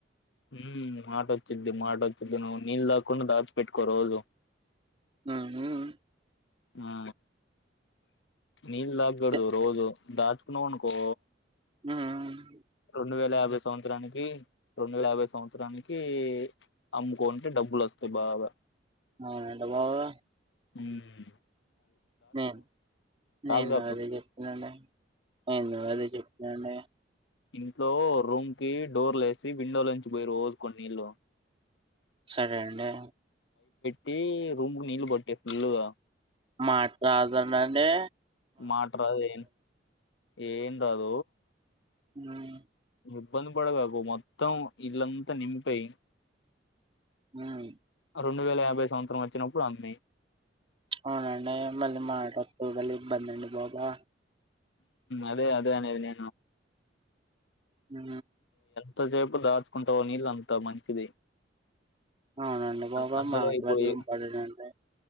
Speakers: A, on the left (about 75°); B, on the right (about 30°).
A: ఉహ్మ్ మాటోచ్చిద్ది, మాటోచ్చిద్ది నువ్ నీల్దాకుండా దాచి పెట్టుకో రోజు.
B: ఉహ్ ఉహ్. ఉహ్
A: ఆ నీళ్ళ దాగూడదు
B: చె-
A: రోజు దాచుకున్నావ్ అనుకో
B: ఉహ్
A: రెండు వేల యాభై సంవత్సరానికి, రెండు వేల యాభై సంవత్సరానికి. అమ్ముకుంటే డబ్బులు వస్తాయి బాగా
B: ఆ ఎంట బాగా
A: ఉహ్మ్
B: నేన్
A: తాగ్గాకు
B: నేను అదే చెప్పన్నండి నేను అదే చెప్పన్నండి
A: ఇంట్లో రూమ్ కి డోర్లుేసి విండోలోంచి పోయిరుోజు కొన్ నీళ్ళు.
B: సరే అండే
A: టి రూమ్గ్ నీళ్ళు బట్టే ఫుల్లుగా.
B: మాట్లాదనండి.
A: మాట రాదు ఏం ఏం రాదు.
B: ఉహ్
A: ఇబ్బంది పడగాకు మొత్తం. ఇల్లంతా నింపేయ్.
B: ఆహ్
A: రెండు వేల యాభై సంవత్సరం వచ్చినప్పుడు అన్న
B: అవునండి మళ్ళీ మాట్ొద్దు మళ్ళీ ఇబ్బందండి బాబా
A: అదే అదన అదిను
B: హ
A: తసేపు దాచుకుంటావో నీళ్ళు అంత మంచిది.
B: అవునండి బాబో
A: అన్ అందులో
B: మాట
A: ఇప్పుడు
B: అదెం
A: ఈ
B: పడనండే